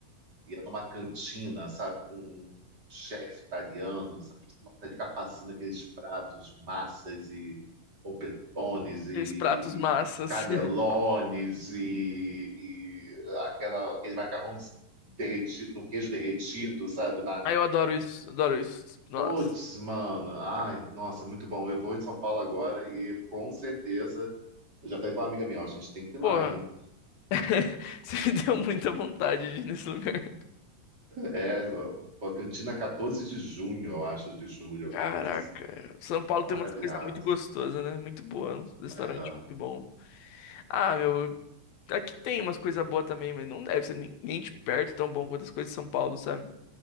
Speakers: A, on the right; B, on the left.
A: E é numa cantina, sabe, com um chefe italiano, sabe? tipo, Nossa, aí fica passando aqueles pratos, massas e polpetones e
B: Aqueles pratos massas.
A: canelones e, e aquela, aquele macarrão derretido, no queijo derretido, sabe,
B: Aí eu adoro isso, adoro isso. Nossa.
A: Putz, mano. Ai, nossa, muito bom. Eu vou em São Paulo agora e com certeza. Eu já falei com uma amiga minha, ó, a gente tem que ir lá,
B: Porra,
A: hein?
B: <laughs> você me deu muita vontade de ir nesse lugar.
A: É, ó, Cantina 14 de junho, eu acho, de julho, alguma
B: Caraca,
A: coisa assim.
B: São Paulo
A: Maravilhosa.
B: tem umas coisas muito gostosas, né? Muito boa, um restaurante
A: É,
B: muito bom. Ah, meu, aqui tem umas coisas boas também, mas não deve ser nem, nem de perto tão bom quanto as coisas de São Paulo, sabe?